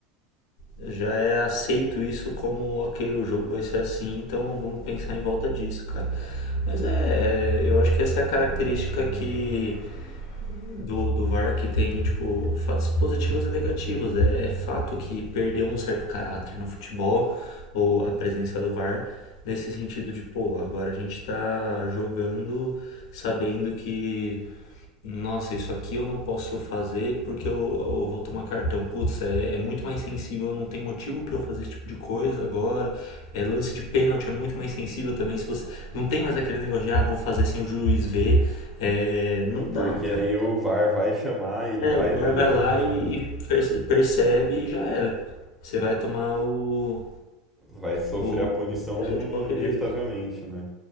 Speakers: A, on the left; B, in the centre.
A: Já é aceito isso como, ok, o jogo vai ser assim, então vamos pensar em volta disso, cara. Mas é, é, eu acho que essa é a característica que do, do VAR que tem, tipo, fatos positivos e negativos. É, é fato que perdeu um certo caráter no futebol, ou a presença do VAR, nesse sentido de, pô, agora a gente tá jogando sabendo que, nossa, isso aqui eu não posso fazer porque eu, eu vou tomar cartão. Putz, é, é muito mais sensível, não tem motivo pra eu fazer esse tipo de coisa agora. É, lance de pênalti é muito mais sensível também. se você Não tem mais aquele negócio de, ah, vou fazer sem o juiz ver. É, não
B: porque
A: dá, cara.
B: aí o VAR vai chamar e ele
A: É,
B: vai
A: o VAR
B: ver.
A: vai lá
B: <laughs>
A: e, e perce- percebe e já era. Você vai tomar o,
B: Vai sofrer
A: o,
B: a punição
A: o cartão de qualquer
B: inevitavelmente,
A: jeito.
B: né?